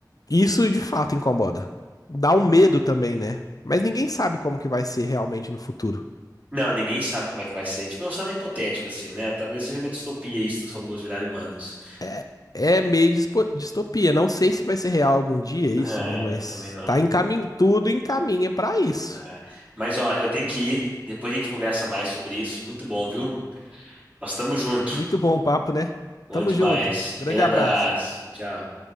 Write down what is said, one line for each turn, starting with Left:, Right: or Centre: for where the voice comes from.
Left: Isso de fato incomoda. Dá um medo também, né? Mas ninguém sabe como que vai ser realmente no futuro.
Right: Não, ninguém sabe como é que vai ser. Tipo, é um cenário hipotético, assim, né? Talvez seja uma distopia isso dos robôs virarem humanos.
Left: É é meio dispo- distopia. Não sei se vai ser real algum dia isso,
Right: É,
Left: né? Mas
Right: também não.
Left: tá encamin... tudo encaminha pra isso.
Right: É, é. Mas, ó, eu tenho que ir. Depois a gente conversa mais sobre isso. Muito bom, viu? Nós estamos juntos.
Left: Muito bom o papo, né?
Right: Bom
Left: Tamo
Right: demais.
Left: junto.
Right: Aquele
Left: Grande
Right: abraço.
Left: abraço.
Right: Tchau.